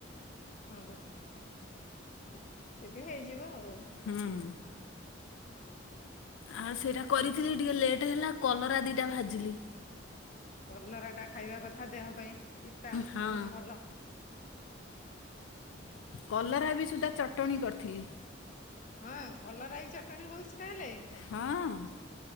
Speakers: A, on the left (about 40°); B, on the left (about 80°).
A: ହଁ, ହଁ, ହଁ, ହଁ ହଁ ସେ ବି ହେଇଯିବ ଆଉ।
B: ହୁଁ। ଆଉ ସେଇଟା କରିଥିଲି ଟିକେ ଲେଟ ହେଲା, କଲରା ଦିଟା ଭାଜିଲି।
A: କଲରା ଟା ଖାଇବା କଥା ଦେହ ପାଇଁ ପିତା,
B: ହଁ
A: ବହୁତ ଭଲ।
B: କଲରା ବି ସୁଦ୍ଧା ଚଟଣି କରିଥିଲି।
A: ହଁ, କଲରା ବି ଚଟଣି ହଉଛି ତାହେଲେ?
B: ହଁ, ହଁ।